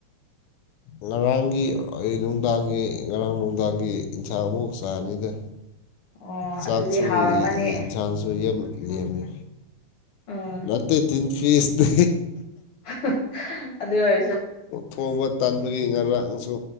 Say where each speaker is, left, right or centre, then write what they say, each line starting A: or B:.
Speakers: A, on the left; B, on the left.
A: ꯉꯔꯥꯡꯒꯤ ꯑꯩ ꯅꯨꯡꯗꯥꯡꯒꯤ ꯉꯔꯥꯡ ꯅꯨꯡꯗꯥꯡꯒꯤ ꯏꯟꯁꯥꯡ ꯑꯃꯨꯛ ꯆꯥꯅꯤꯗ
B: ꯑꯣ
A: ꯆꯥꯛꯁꯨ
B: ꯑꯗꯨꯗꯤ ꯍꯥꯎꯔꯝꯃꯅꯤ
A: ꯏꯟꯁꯥꯡꯁꯨ ꯌꯥꯝ ꯂꯦꯝꯃꯦ
B: ꯎꯝ
A: ꯅꯠꯇꯦ ꯇꯤꯟ ꯐꯤꯁ
B: ꯍꯥ ꯍꯥ ꯑꯗꯨ ꯑꯣꯏꯔꯁꯨ
A: ꯊꯣꯡꯕ ꯇꯥꯟꯕꯒꯤ ꯉꯔꯥꯡꯁꯨ